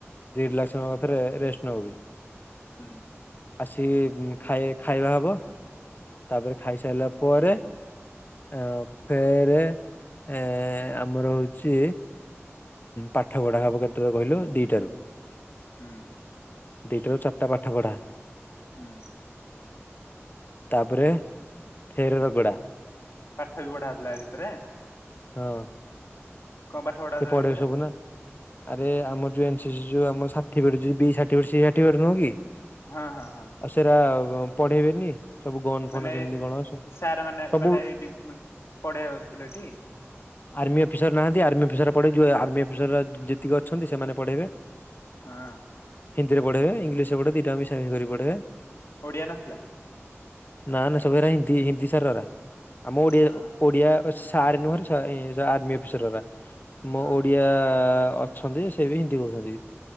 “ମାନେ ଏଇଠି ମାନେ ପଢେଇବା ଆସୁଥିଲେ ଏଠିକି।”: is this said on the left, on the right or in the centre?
Left